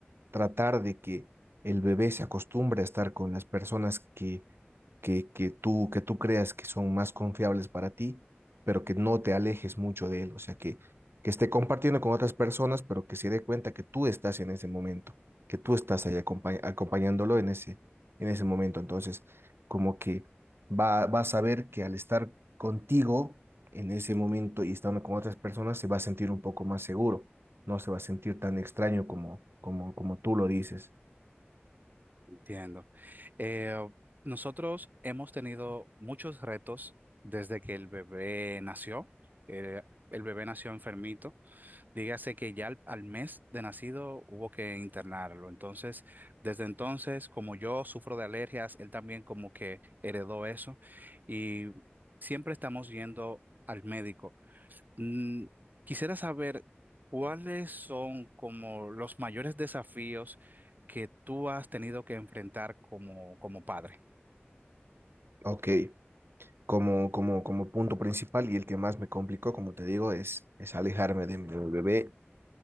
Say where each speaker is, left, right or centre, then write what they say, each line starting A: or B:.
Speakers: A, on the right; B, on the right.
A: tratar de que el bebé se acostumbre a estar con las personas que, que, que tú, que tú creas que son más confiables para ti, pero que no te alejes mucho de él, o sea, que, que esté compartiendo con otras personas, pero que se dé cuenta que tú estás en ese momento, que tú estás ahí acompañ acompañándolo en ese, en ese momento. Entonces, como que va, va a saber que al estar contigo en ese momento y estando con otras personas, se va a sentir un poco más seguro no se va a sentir tan extraño como, como, como tú lo dices.
B: Entiendo. Eh, nosotros hemos tenido muchos retos desde que el bebé nació. Eh, el bebé nació enfermito. Dígase que ya al, al mes de nacido hubo que internarlo. Entonces, desde entonces, como yo sufro de alergias, él también como que heredó eso. Y siempre estamos yendo al médico. Mm, Quisiera saber cuáles son como los mayores desafíos que tú has tenido que enfrentar como, como padre.
A: Ok, como, como, como punto principal y el que más me complicó, como te digo, es, es alejarme de mi, bebé